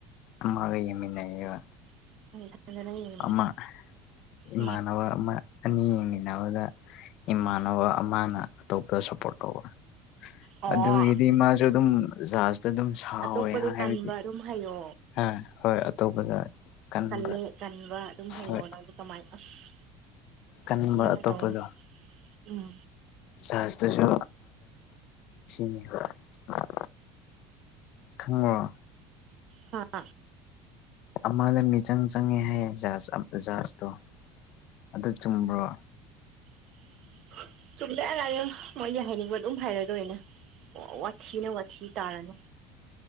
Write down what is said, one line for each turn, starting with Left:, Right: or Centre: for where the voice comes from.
Left: ꯑꯃꯒ ꯌꯦꯡꯃꯤꯟꯅꯩꯌꯦꯕ
Right: <unintelligible>
Left: ꯑꯥ ꯏꯃꯥꯟꯅꯕ
Right: ꯎꯝ
Left: ꯑꯃ ꯑꯅꯤ ꯌꯦꯡꯃꯤꯟꯅꯕꯗ ꯏꯃꯥꯟꯅꯕ ꯑꯃꯅ ꯑꯇꯣꯞꯄ ꯁꯞ ꯄꯔꯣꯠ ꯇꯧꯕ
Right: ꯑꯣ
Left: ꯑꯗꯨꯒꯤꯗꯤ ꯃꯥꯁꯨ ꯑꯗꯨꯝ ꯖꯥꯁ ꯇꯗꯨꯝ ꯁꯥꯎꯋꯦ
Right: ꯑꯇꯣꯞꯄꯗꯣ
Left: ꯍꯥꯏꯕꯗꯤ
Right: ꯀꯟꯕ ꯑꯗꯨꯝ ꯍꯩꯌꯣ
Left: ꯍꯥ ꯍꯣꯏ ꯑꯇꯣꯞꯄꯗ ꯀꯟꯕ
Right: ꯀꯜꯂꯦ ꯀꯟꯕ ꯑꯗꯨꯝ ꯍꯩꯌꯣꯅ
Left: ꯍꯣꯏ
Right: ꯑꯗꯨ ꯀꯃꯥꯏꯅ ꯑꯁ
Left: ꯀꯟꯕ
Right: ꯑꯗꯨꯃꯥꯏꯅ
Left: ꯑꯇꯣꯞꯄꯗꯣ
Right: ꯇꯧꯅꯨ ꯎꯝ
Left: ꯖꯁꯇꯨꯁꯨ <unintelligible> ꯈꯪꯉꯔꯣ
Right: ꯍꯥ
Left: ꯑꯃꯗ ꯃꯤꯆꯪ ꯆꯪꯉꯦ ꯍꯥꯏꯌꯦ ꯖꯍꯥꯖ ꯖꯍꯥꯖꯇꯣ ꯑꯗꯨ ꯆꯨꯝꯕ꯭ꯔꯣ
Right: <unintelligible> ꯃꯣꯏ ꯑꯗꯨꯝ ꯍꯥꯏꯔꯗꯣꯏꯅꯦ ꯑꯣ ꯋꯥꯊꯤꯅꯦ ꯋꯥꯊꯤ ꯇꯥꯔꯅꯨ